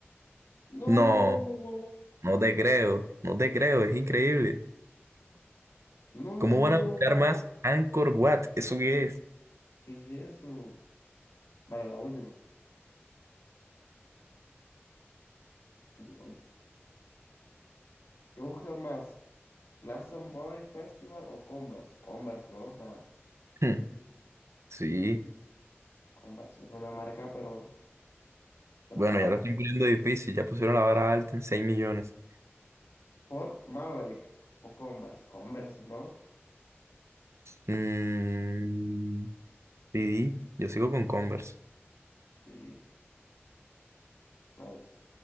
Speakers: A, on the left; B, on the right.
A: No,
B: No, no te creo, no te creo, es increíble.
A: no,
B: ¿Cómo van a buscar más Anchor Wat? ¿Eso qué es?
A: ¿qué es eso? Vale, la última. Última, última. ¿Qué busca más? ¿Glastonbury Festival o Converse? Converse, ¿no? O sea,
B: <laughs> Hmm, Sí,
A: Converse es una marca, pero, pero
B: bueno,
A: vamos.
B: ya lo estoy poniendo difícil, ya pusieron la vara alta en seis millones.
A: Ford Maverick o Converse, Converse, ¿no?
B: Mm, sí, yo sigo con Converse.
A: Sí, nice.